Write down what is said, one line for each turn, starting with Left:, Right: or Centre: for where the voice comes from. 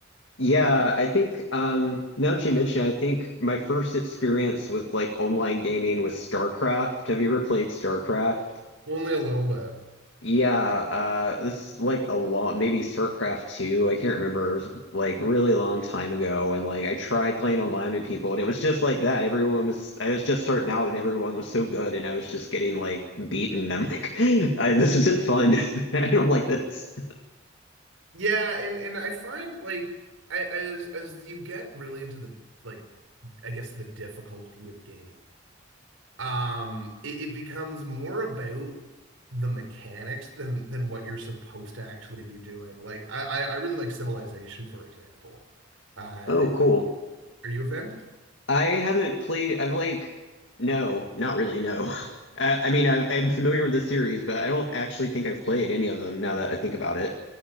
Left: yeah, I think um now that you mention, it, I think my first experience with like online gaming was StarCraft. Have you ever played StarCraft?
Right: Only a little bit.
Left: Yeah, uh, this is like a lot, maybe StarCraft 2. I can't remember. It was like really long time ago, and like I tried playing online with people, and it was just like that. Everyone was, I was just starting out, and everyone was so good, and I was just getting like beaten. I'm like, <laughs> I, this isn't fun. <laughs> I don't like this.
Right: Yeah, and and I find like I, as as you get really into the like I guess the difficulty of games. Um, it, it becomes more about the mechanics than than what you're supposed to actually be doing. Like I I, really like Civilization for example. Uh,
Left: Oh, cool.
Right: are you a fan?
Left: I haven't played. I've like, no, not really. No, <laughs> I, I mean, I've, I'm familiar with the series, but I don't actually think I've played any of them now that I think about it.